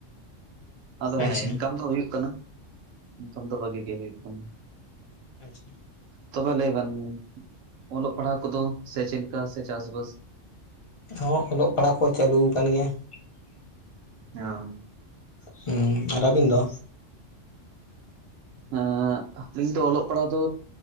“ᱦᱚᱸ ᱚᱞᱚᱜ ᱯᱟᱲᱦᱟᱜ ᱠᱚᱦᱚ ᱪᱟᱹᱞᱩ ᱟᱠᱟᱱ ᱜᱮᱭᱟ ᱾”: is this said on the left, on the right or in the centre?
Left